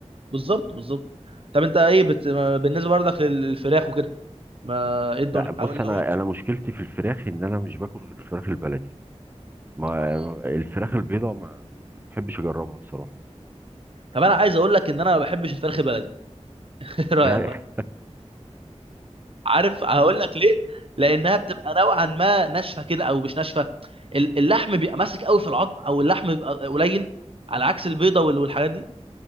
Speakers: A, on the right (about 50°); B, on the right (about 15°).
A: بالظبط بالظبط طب انت ايه بت... ما- بالنسبه برضك لل- للفراخ وكده ما ايه الدنيا
B: لا بص
A: او ال-
B: انا
A: او الطيور
B: انا مشكلتي في الفراخ ان انا مش باكل غير الفراخ البلدي ما
A: اه
B: الفراخ البيضاء ما ما بحبش اجربها بصراحه
A: طب انا عايز اقول لك ان انا ما بحبش الفراخ البلدي <laughs> ايه رايك
B: لا
A: بقى عارف هقول لك ليه لانها بتبقى نوعا ما ناشفه كده او مش ناشفه ال- اللحم بيبقى ماسك قوي في العظم او اللحم بيبقى قليل على عكس البيضه وال- والحاجات دي